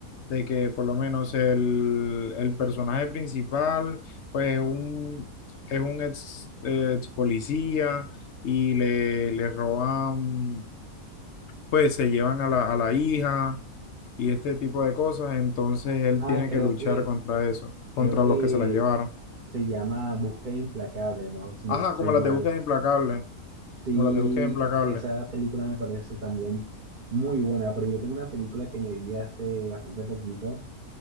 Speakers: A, on the left; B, on the right.
A: de que por lo menos el, el personaje principal pues es un, es un ex, eh, ex policía y le, le roban, pues se llevan a la, a la hija y este tipo de cosas, entonces él
B: ah,
A: tiene
B: creo
A: que luchar
B: que
A: contra eso, contra
B: creo que
A: los que se la llevaron.
B: se llama Búsqueda Implacable, ¿no? Si
A: Ajá,
B: no estoy
A: como las
B: mal.
A: de Búsqueda Implacable,
B: Sí,
A: como las de Búsqueda Implacable,
B: esa película me parece también muy buena, pero yo tengo una película que me vi hace bastante poquito,